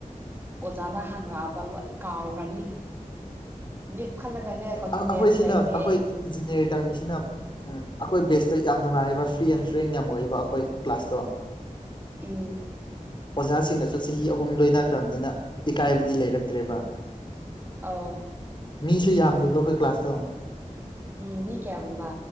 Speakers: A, on the right; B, on the left.
A: ꯑꯣꯖꯥꯅ ꯍꯥꯡꯉꯛꯑꯕ ꯂꯣꯏ ꯀꯥꯎꯈ꯭ꯔꯅꯤ꯫ ꯂꯦꯞ ꯈꯜꯂꯒꯂ ꯀꯣꯟꯐꯤꯗꯦꯟꯁ
B: ꯑꯩꯈꯣꯏꯁꯤꯅ
A: ꯂꯩꯇꯦ
B: ꯑꯩꯈꯣꯏ
A: ꯑꯩ꯫
B: ꯏꯟꯖꯤꯅꯤꯌꯥꯔ ꯇꯝꯃꯤꯁꯤꯅꯞ ꯑꯩꯈꯣꯏ ꯕꯦꯁꯇ ꯌꯥꯝ ꯅꯨꯡꯉꯥꯏꯑꯕ ꯐ꯭ꯔꯤ ꯑꯦꯟ ꯐ꯭ꯔꯦꯟ ꯌꯥꯝ ꯑꯣꯏꯔꯤꯕ ꯑꯩꯈꯣꯏ ꯀ꯭ꯂꯥꯁꯇꯣ꯫
A: ꯎꯝ꯫
B: ꯑꯣꯖꯥꯁꯤꯡꯅꯁꯨ ꯆꯍꯤ ꯑꯍꯨꯝ ꯂꯣꯏꯅꯈ꯭ꯔꯕꯅꯤꯅ ꯏꯀꯥꯏꯕꯗꯤ ꯂꯩꯔꯛꯇ꯭ꯔꯦꯕ꯫
A: ꯑꯥꯎ꯫
B: ꯃꯤꯁꯨ ꯌꯥꯝꯗꯦꯕ ꯑꯩꯈꯣꯏ ꯀ꯭ꯂꯥꯁꯇꯣ꯫
A: ꯎꯝ ꯃꯤ ꯀꯌꯥꯒꯨꯝꯕ꯫